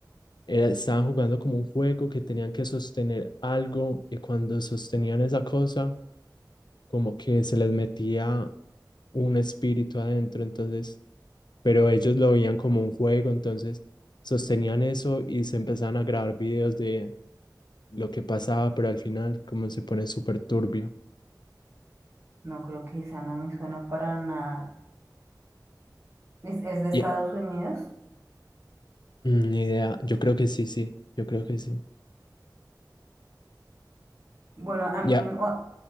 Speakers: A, on the left (about 75°); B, on the right (about 40°).
A: era- estaban jugando como un juego que tenían que sostener algo y cuando sostenían esa cosa, como que se les metía un espíritu adentro, entonces, pero ellos lo veían como un juego, entonces sostenían eso y se empezaban a grabar videos de lo que pasaba, pero al final como se pone súper turbio.
B: No creo que esa no me suena para nada. ¿Es, es de Estados
A: Y
B: Unidos?
A: mm, ni idea, yo creo que sí, sí, yo creo que sí.
B: Bueno, a
A: Ya,
B: mí un... oh,